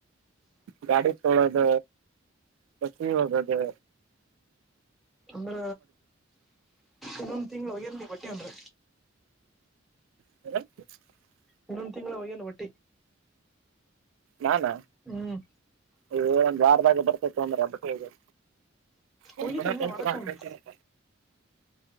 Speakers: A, on the right; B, in the centre.
A: ಗಾಡಿ ತೋಳೋದ ಬಸ ಹದ ಅದೇ
B: ಅಂದ್ರ ಇನ್ನೊಂದು ತಿಂ ಉಯರ್ತಿ ಬಟ್ಟಿ ಒಂದು
A: ಹ
B: ಇನ್ನೊಂದ್ ತಿಂಗಳು ಹೋಗ್ಯಲ್ ಒಟ್ಟಿ
A: ನಾನ
B: ಹ್ಮ್
A: ಇ ಒಂದ್ ವಾರದಾಗೆ ಬರ್ತೇತ್ತು ಅಂದ್ರೆಬ್ಬಟ್ಟ ಒ
B: ಒಗಿತೇನ್
A: <unintelligible>
B: ನೀ ವಾರಕ್ಕೊಮ್ಮೆ